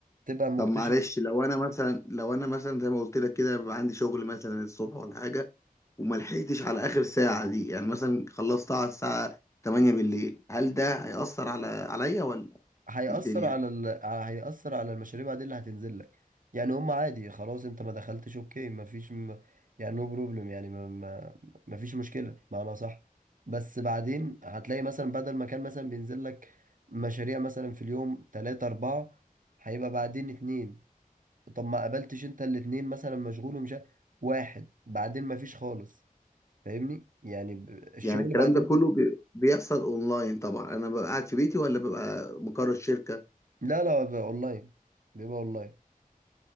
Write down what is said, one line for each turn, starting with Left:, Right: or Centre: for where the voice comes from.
Right: تبقى مكتشف
Left: طب معلش لو انا مثلا لو انا مثلا زي ما قلت لك كده بيبقى عندي شغل مثلا الصبح ولا حاجه وما لحقتش على اخر ساعه دي يعني مثلا خلصتها على الساعه 8 بالليل هل ده هيأثر على عليا ولا
Right: هيأثر
Left: إيه الدنيا
Right: على ال... ع- هيأثر على المشاريب عادي اللي هتنزل لك يعني هم عادي خلاص انت ما دخلتش اوكي ما فيش م... يعني نو بروبلم يعني ما... ما... ما فيش مشكلة معنى صح بس بعدين هتلاقي مثلا بدل ما كان مثلا بينزل لك مشاريع مثلا في اليوم تلاتة أربعة هيبقى بعدين اتنين طب ما قابلتش انت الاتنين مثلا مشغول ومش ع- واحد بعدين ما فيش خالص فاهمني يعني ب- الشغل
Left: يعني الكلام
Right: بعدين
Left: ده كله بي- بيحصل اونلاين طبعا انا ببقى قاعد في بيتي ولا ببقى مقر الشركه
Right: لا لا بيبقى اونلاين بيبقى اونلاين